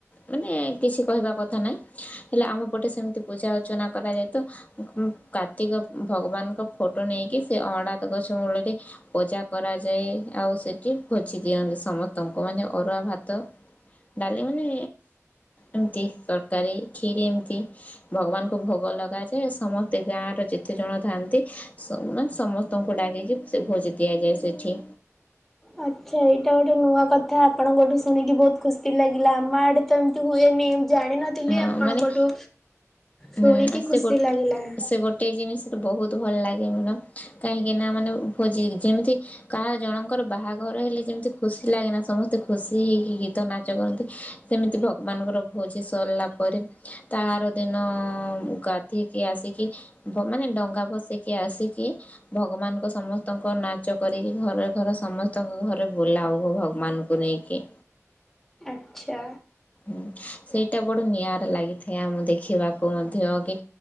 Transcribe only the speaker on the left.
ମାନେ କିଛି କହିବା କଥା ନାହିଁ ହେଲେ ଆମ ପଟେ ସେମିତି ପୂଜା ଅର୍ଚ୍ଚନା କରାଯାଏ ତ କାର୍ତ୍ତିକ ଭଗବାନଙ୍କ ଫଟୋ ନେଇକି ସେ ଅଁଳା ଗଛ ମୂଳରେ ପୂଜା କରାଯାଏ ଆଉ ସେଠି ଭୋଜି ଦିଅନ୍ତି ସମସ୍ତଙ୍କୁ ମାନେ ଅରୁଆ ଭାତ ଡାଲି ମାନେ ଏମତି ତରକାରୀ କ୍ଷୀରି ଏମିତି ଭଗବାନଙ୍କୁ ଭୋଗ ଲଗାଯାଏ ସମସ୍ତେ ଗାଁର ଯେତେ ଜଣ ଥାଆନ୍ତି ମାନେ ସମସ୍ତଙ୍କୁ ଡାକିକି ସେ ଭୋଜି ଦିଆଯାଏ ସେଠି
ହଁ
ମାନେ
ହୁଁ ଆ ସେ
ଗୋଟେ
ସେ ଗୋଟେ ଜିନିଷ ସେଠୁ ବହୁତ ଭଲ ଲାଗେ ମ୍ୟାଡ଼ାମ କାହିଁକି ନା ମାନେ ଭୋଜି ଯେମିତି କାହା ଜଣଙ୍କର ବାହାଘର ହେଲେ ଯେମିତି ଖୁସି ଲାଗେନା ସମସ୍ତେ ଖୁସି ହେଇକି ଗୀତ ନାଚ କରନ୍ତି ସେମିତି ଭଗବାନଙ୍କର ଭୋଜି ସରିଲା ପରେ ତାର ଦିନ ଦିନ ଗାଧିକି ଆସିକି ମାନେ ଡଙ୍ଗା ଭସିକି ଆସିକି ଭଗବାନଙ୍କ ସମସ୍ତଙ୍କ ନାଚ କରିକି ଘରେ ଘରେ ସମସ୍ତଙ୍କ ଘରେ ବୁଲା ହ ଭଗବାନଙ୍କୁ ନେଇକି
ଉଁ ସେଇଟା ବଡ ନିଆରା ଲାଗିଥାଏ ଆମ ଦେଖିବାକୁ ମଧ୍ୟ କି